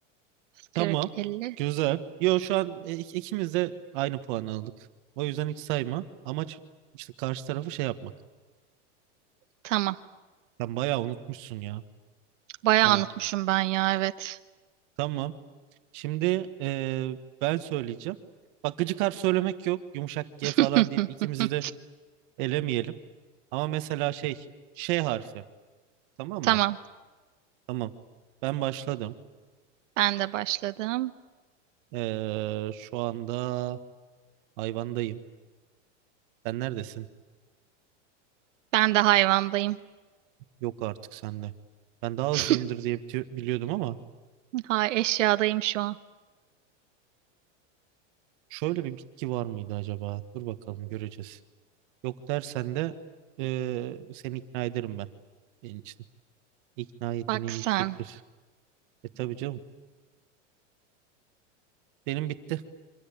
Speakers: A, on the right (about 45°); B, on the right (about 75°).
A: Tamam.
B: 40, elli
A: Güzel. Yo şu an e, ik- ikimiz de aynı puan aldık. O yüzden hiç sayma. Amaç işte karşı tarafı şey yapmak.
B: Tamam.
A: Sen bayağı unutmuşsun ya.
B: Bayağı
A: Hani
B: unutmuşum ben ya evet.
A: Tamam. Şimdi eee, ben söyleyeceğim. Bak gıcık harf söylemek yok. Yumuşak G
B: <laughs>
A: falan deyip ikimizi de elemeyelim. Ama mesela şey, şey harfi. Tamam
B: Tamam.
A: mı? Tamam. Ben başladım.
B: Ben de başladım.
A: Eee, şu anda hayvandayım. Sen neredesin?
B: Ben de hayvandayım.
A: Yok artık sende. Ben daha hızlıyımdır
B: <laughs>
A: diye biti- biliyordum ama
B: Ha eşyadayım şu an.
A: şöyle bir bitki var mıydı acaba? Dur bakalım göreceğiz. Yok dersen de eee, seni ikna ederim ben. Benim için ikna yeteneğim
B: Bak sen.
A: yüksektir. E tabii canım. Benim bitti.